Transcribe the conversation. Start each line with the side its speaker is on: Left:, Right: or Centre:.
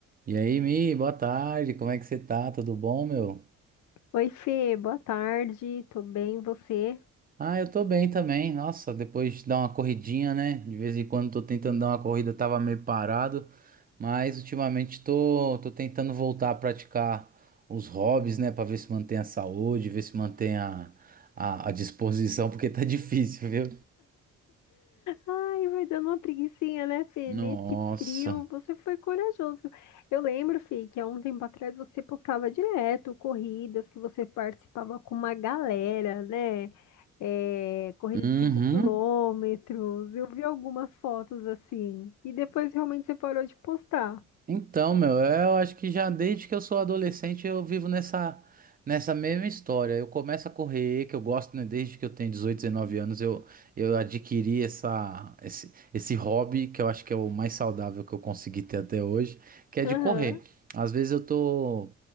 Right: E aí, Mi, boa tarde, como é que você tá? Tudo bom, meu?
Left: Oi, Fê, boa tarde, tô bem, e você?
Right: Ah, eu tô bem também. Nossa, depois de dar uma corridinha, né? De vez em quando tô tentando dar uma corrida, tava meio parado, mas ultimamente tô, tô tentando voltar a praticar os hobbies, né? Pra ver se mantém a saúde, ver se mantém a, a, a disposição, <laughs> porque tá difícil, viu?
Left: Ai, vai dando uma preguicinha, né, Fê?
Right: Nossa.
Left: Nesse frio, você foi corajoso. Eu lembro, Fê, que há um tempo atrás você postava direto corridas que você participava com uma galera, né? É, corrida
Right: Uhum.
Left: de 5 quilômetros. Eu vi algumas fotos assim. E depois realmente você parou de postar.
Right: Então, meu, eu acho que já desde que eu sou adolescente eu vivo nessa, nessa mesma história. Eu começo a correr, que eu gosto, né, desde que eu tenho 18, 19 anos, eu, eu adquiri essa, esse, esse hobby que eu acho que é o mais saudável que eu consegui ter até hoje, que é de
Left: Aham,
Right: correr. Às vezes eu tô